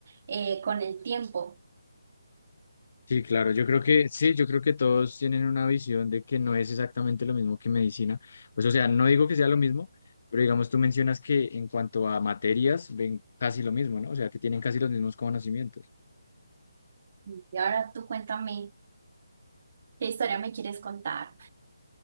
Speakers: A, on the right; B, on the left.
A: eh, con el tiempo.
B: Sí, claro, yo creo que sí, yo creo que todos tienen una visión de que no es exactamente lo mismo que medicina. Pues, o sea, no digo que sea lo mismo, pero digamos, tú mencionas que en cuanto a materias ven casi lo mismo, ¿no? O sea, que tienen casi los mismos conocimientos.
A: Y ahora tú cuéntame, ¿qué historia me quieres contar?